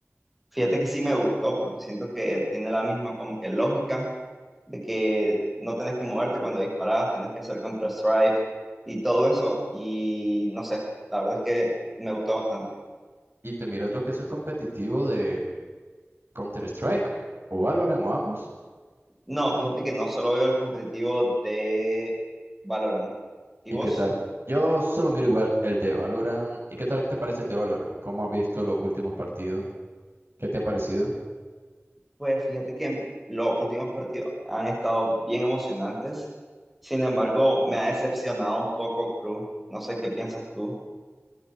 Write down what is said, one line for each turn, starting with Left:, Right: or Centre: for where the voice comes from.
Centre: Fíjate que sí me gustó porque siento que tiene la misma como que lógica de que no tenés que moverte cuando disparás, tenés que hacer contra-strike y todo eso. Y no sé, la verdad es que me gustó bastante.
Right: ¿Y te miras lo que es el competitivo de Counter-Strike o Valorant o ambos?
Centre: No, fíjate que no solo veo el competitivo de Valorant. ¿Y
Right: ¿Y
Centre: vos?
Right: qué tal? Yo solo miro igual el de Valorant. ¿Y qué tal te parece el de Valorant? ¿Cómo has visto los últimos partidos? ¿Qué te ha parecido?
Centre: Pues fíjate que los últimos partidos han estado bien emocionantes. Sin embargo, me ha decepcionado un poco Cruz. No sé qué piensas tú.